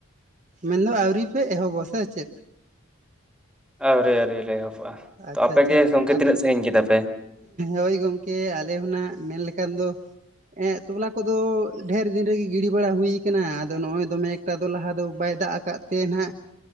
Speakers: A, on the right (about 35°); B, in the centre.
A: ᱢᱮᱱᱫᱚ ᱟᱹᱣᱨᱤ ᱯᱮ ᱮᱦᱚᱵ ᱥᱮᱮ ᱪᱮᱫ?
B: ᱟᱹᱣᱨᱤ ᱟᱹᱣᱨᱤ ᱞᱮ ᱮᱦᱚᱵᱟ,
A: ᱟᱪᱪᱷᱟ
B: ᱛᱚ ᱟᱯᱮᱜ
A: ᱟᱪᱪᱷᱟ
B: ᱜᱮ ᱜᱚᱢᱠᱮ
A: ᱟᱫᱚ
B: ᱛᱤᱱᱟᱹᱜ ᱥᱟᱺᱜᱤᱧ ᱠᱮᱫᱟ ᱯᱮ?
A: ᱦᱳᱭ ᱜᱚᱝᱠᱮ ᱟᱞᱮ ᱦᱚ ᱱᱟᱜ ᱢᱮᱱ ᱞᱮᱠᱷᱟᱱ ᱫᱚ ᱮᱸᱜ ᱛᱚᱞᱟ ᱠᱚᱫᱚ ᱰᱷᱮᱨ ᱫᱤᱱ ᱨᱮᱜᱮ ᱜᱤᱰᱤ ᱵᱟᱲᱟ ᱦᱩᱭ ᱠᱟᱱᱟ ᱟᱫᱚ ᱱᱚᱜᱼᱚᱭ ᱫᱚᱢᱮ <unintelligible> ᱫᱚ ᱞᱟᱦᱟ ᱫᱚ ᱵᱟᱭ ᱫᱟᱜ ᱟᱠᱟᱫ ᱛᱮ ᱱᱟᱦᱟᱜ